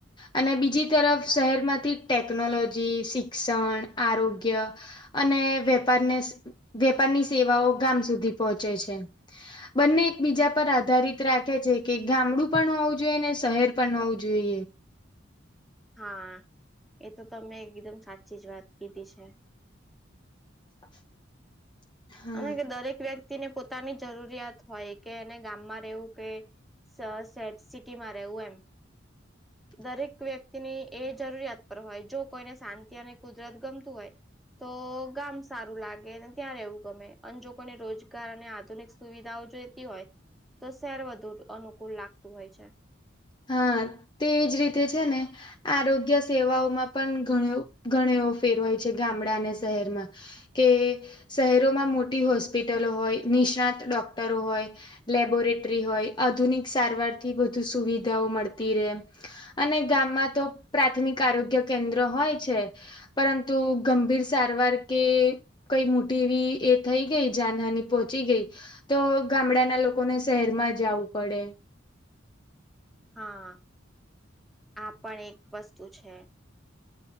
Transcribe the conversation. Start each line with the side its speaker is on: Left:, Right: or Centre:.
Left: અને બીજી તરફ શહેરમાંથી ટેકનોલોજી, શિક્ષણ આરોગ્ય અને વેપારને વેપારની સેવાઓ ગામ સુધી પહોંચે છે. બંને એક બીજા પર આધારિત રાખે છે કે, ગામડું પણ હોવું જોઈએ ને, શહેર પણ હોવું જોઈએ.
Centre: હા, એ તો તમે એકદમ સાચી જ વાત કીધી છે.
Left: <unintelligible> હા
Centre: અને કે દરેક વ્યક્તિને પોતાની જરૂરિયાત હોય કે, એને ગામમાં રહેવું કે સ સેટ સિટીમાં રહેવું એમ.
Left: <inaudible>
Centre: દરેક વ્યક્તિની એ જરૂરિયાત પર હોય, જો કોઈને શાંતિ અને કુદરત ગમતું હોય. તો ગામ સારું લાગે, ત્યાં રહેવું. ગમે અનજોગને રોજગાર અને આધુનિક સુવિધાઓ જોતી હોય. તો શેર વધુ અનુકૂળ લાગતું હોય છે.
Left: હા, તેવી જ રીતે છે ને. આરોગ્ય સેવાઓમાં ઘણ ફેરવાય છે, ગામડા અને શહેરમાં. કે શહેરોમાં મોટી હોસ્પિટલો હોય, નિષ્ણાત ડોક્ટરો હોય. લેબોરેટરી હોય, આધુનિક સારવારથી વધુ સુવિધાઓ મળતી રે. અને ગામમાં તો પ્રાથમિક આરોગ્ય કેન્દ્ર હોય છે. પરંતુ ગંભીર સારવાર કે કઈ મોટી એવી એ થઈ ગઈ જાનહાની પોહોંચી ગઈ. તો ગામડાના લોકોને શહેરમાં જાવું પડે.
Centre: હા, આ પણ એક વસ્તુ છે.